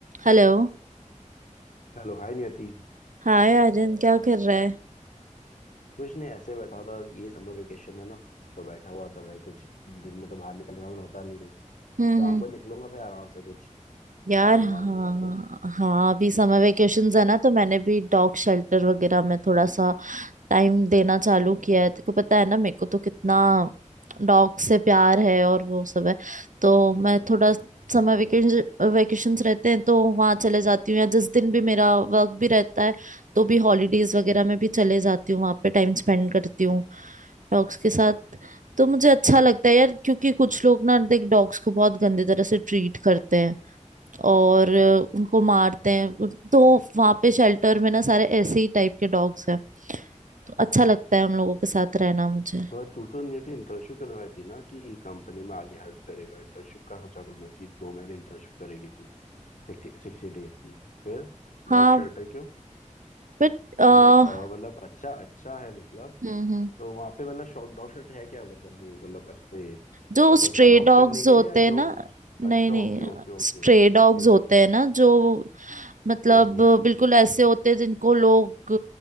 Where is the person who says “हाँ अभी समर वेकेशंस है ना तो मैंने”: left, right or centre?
Right